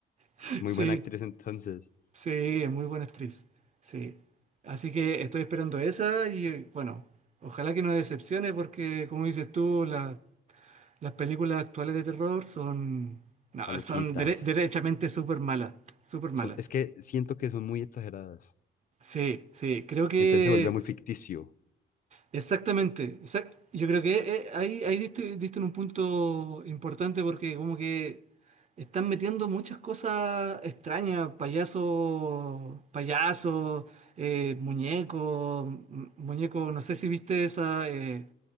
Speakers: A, on the right; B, on the left.
A: <laughs>
B: Muy
A: sí,
B: buena actriz entonces.
A: sí, es muy buena actriz, sí. Así que estoy esperando esa y bueno, ojalá que no decepcione porque como dices tú, la- las películas actuales de terror son, no,
B: Maluquitas.
A: son dere- derechamente súper malas, súper malas.
B: Son... Es que siento que son muy exageradas.
A: Sí, sí, creo que
B: Entonces se vuelve muy ficticio.
A: exactamente. exac- yo creo que eh, ahí, ahí diste, diste en un punto importante porque como que están metiendo muchas cosas extrañas, payasos, payasos, eh, muñecos, mu- muñecos, no sé si viste esa eh,